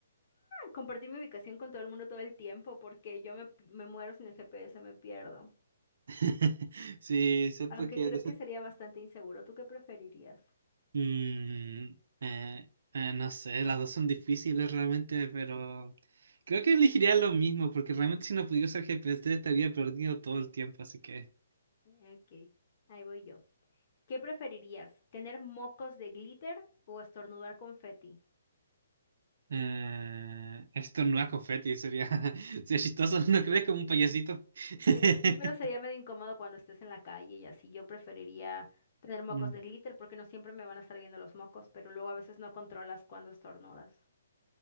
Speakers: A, on the left; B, on the right.
A: Compartir mi ubicación con todo el mundo todo el tiempo porque yo me, me muero sin el GPS, me pierdo.
B: <laughs> Sí, siento
A: Aunque
B: que...
A: creo que sería bastante inseguro. ¿Tú qué preferirías?
B: Mm, eh, eh, no sé, las dos son difíciles realmente, pero creo que elegiría lo mismo, porque realmente si no pudiera usar GPS estaría perdido todo el tiempo, así que...
A: Ok, ahí voy yo. ¿Qué preferirías? ¿Tener mocos de glitter o estornudar confeti?
B: Eh, esto no es confeti, sería, <laughs> sería chistoso, ¿no crees? Como un payasito. <laughs>
A: Eh, sí, pero sería medio incómodo cuando estés en la calle y así. Yo preferiría tener mocos
B: Mm,
A: de glitter porque no siempre me van a estar viendo los mocos, pero luego a veces no controlas cuando estornudas.